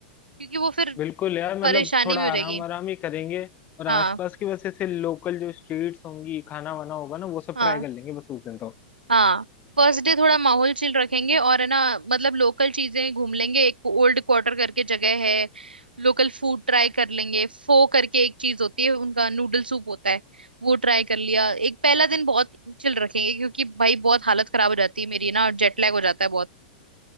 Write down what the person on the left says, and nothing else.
बिल्कुल यार मतलब
थोड़ा
आराम आराम ही करेंगे और आसपास
की वजह से लोकल जो स्ट्रीट्स होंगी खाना वाना होगा ना वो सब
ट्राई कर लेंगे बस उस दिन तो